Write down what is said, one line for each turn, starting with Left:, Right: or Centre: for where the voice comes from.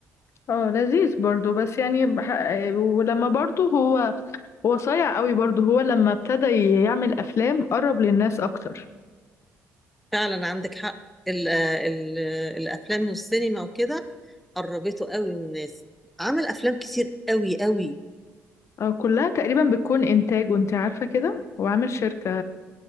Left: اه لذيذ برضو بس يعني بح... ولما برضو هو هو صايع قوي برضو هو لما ابتدى يعمل افلام قرب للناس اكتر
Centre: فعلا عندك حق ال... ال... الأفلام والسينما وكده قربته قوي من الناس عمل أفلام كتير قوي قوي
Left: آه، كلها تقريبا بتكون انتاج وانت عارفة كده هو عامل شركة